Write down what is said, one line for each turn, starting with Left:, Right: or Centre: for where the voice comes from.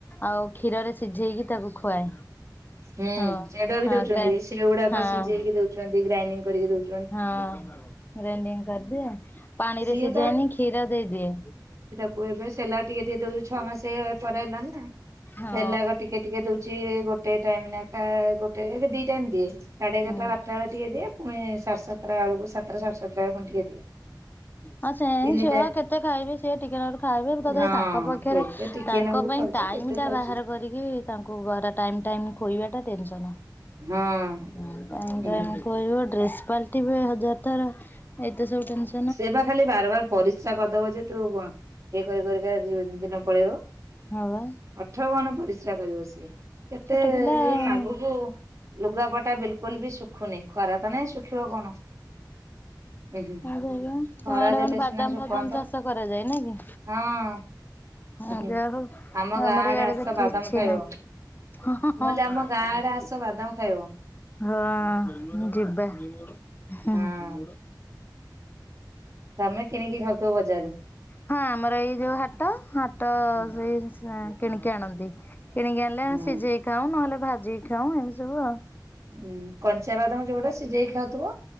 Left: ଆଉ କ୍ଷୀରରେ ସିଝେଇକି ତାକୁ ଖୁଆଏ।
Right: ହୁଁ
Left: ହଁ
Right: ସେଇଟା ବି
Left: ହଁ
Right: ଦୋଉଚନ୍ତି
Left: ଗ୍ରା
Right: ସେ ଯୋଉଗୁଡାକ
Left: ହଁ
Right: ସିଜେଇକି ଦୋଉଚନ୍ତି ଗ୍ରାଇଣ୍ଡିଙ୍ଗ କରିକି ଦୋଉ
Left: ହଁ ଗ୍ରାଇଣ୍ଡି କରିଦିଏ ପାଣିରେ
Right: ସିଏ
Left: ସିଝାଏନି କ୍ଷୀର ଦେଇଦିଏ।
Right: ଆଉ ଏବେ ସେଲାକ ଟିକେ ଟିକେ ଦୋଉ ଛଅ ମାସେ ପରେ ହେଲାଣି ନା
Left: ହଁ
Right: ସେଲାକ ଟିକେ ଟିକେ ଦୋଉ ଚି ଗୋଟେ ଟାଇମ ନାଖା ଗୋଟେ ସେ ଦି ଟାଇମ୍ ଦିଏ ସାଢେ ଏଗାରଟା
Left: ହୁଁ।
Right: ବାରଟା ବେଳେ ଟିକେ ଦିଏ ପୁଣି ସାଡ ସାତଟା ବେଳକୁ ସାତଟା ସାଢେ ସାତଟ ବେଳେ ଫୁଣି ଟିକେ ଦିଏ।
Left: ହଁ ସେ
Right: ତିନିଟା
Left: ଛୁଆ କେତେ ଖାଇବେ ସିଏ ଟିକେ ନାଖୁରୁ ଖାଇବେ ତଥାପି
Right: ହଁ
Left: ତାଙ୍କ ପକ୍ଷର
Right: କେତେ ଟିକିଏ
Left: ତାଙ୍କ
Right: ନାକୁରୁ
Left: ପାଇଁ
Right: ଖାଉଛି
Left: ଟାଇମିଟା
Right: କେତେ ଖାଉଛି
Left: ବାହାର କରିକି ତାଙ୍କୁ ବହାରା ଟାଇମ ଟାଇମ ଖୋଇବାଟା ଟେନସନ।
Right: ହଁ।
Left: ଅଁ ଟାଇମ
Right: ହୁଁ
Left: ଟାଇମ କହିବ ଡ୍ରେସ ପାଲଟିବେ ହଜାର ଥର। ଏଇତ ସବୁ ଟେନସ
Right: ସେଇପା ଖାଲି ବାରବାର ପରିସ୍ରା କରିଦବ ଯେ ତୁ ଆ ଇଏ କରି କରିକା ଯି ଦିନ ପଳେଇବ।
Left: ହଁ ବା।
Right: ଅଠର ବହନ ପରିସ୍ରା କରିବ ସିଏ କେତେ
Left: ଛୋଟ ପିଲା
Right: ଏଇ
Left: ଆଉ
Right: ପାଗକୁ ଲୁଗାପଟା ବିଲକୁଲ ବି ଶୁଖୁନି ଖରା ତ ନାହିଁ ଶୁଖିବ କଣ। ହୁଁ ହୁଁ
Left: ହଁ <unintelligible> ତମେ
Right: ଖରା
Left: ଆଡେ
Right: ଦେଲେ
Left: କଣ ବାଦାମ
Right: ସିନା ଶୁଖନ୍ତା
Left: ଫାଦାମ ଚାଷ କରାଯାଏ ନା କି?
Right: ହଁ।
Left: ହଁ
Right: ହୁଁ
Left: ଯାହୋଉ
Right: ଆମ
Left: ଆ
Right: ଗାଁ
Left: ଆମର
Right: ଆଡେ
Left: ଇଆଡେ
Right: ଆସ
Left: ତ
Right: ବାଦାମ
Left: କିଛି
Right: ଖାଇବ
Left: ନା। ହ ହ
Right: ମୁଁ
Left: ହଁ।
Right: କହିଲି ଆମ ଗାଁ ଆଡେ ଆସ ବାଦାମ ଖାଇବ
Left: ହଁ ହଁ ଯିବା ହୁଁ
Right: ହଁ
Left: ହୁଁ
Right: ତମେ କିଣିକି ଖାଉଥୁବ ବଜାରରୁ।
Left: ହଁ ଆମର ଏଇ ଯୋଉ ହାଟ ହାଟ
Right: ହୁଁ
Left: ସେଇ ସ୍ କିଣିକି ଆଣନ୍ତି। କିଣିକି ଆଣଲେ
Right: ହୁଁ
Left: ଆମେ ସିଜେଇକି ଖାଉ ନହେଲେ ଭାଜିକି ଖାଉ ଏମିତି ସବୁ ଆଉ।
Right: ଉଁ କଞ୍ଚା ବାଦାମ ଯୋଉଟା ସିଜେଇକି ଖାଉଥୁବ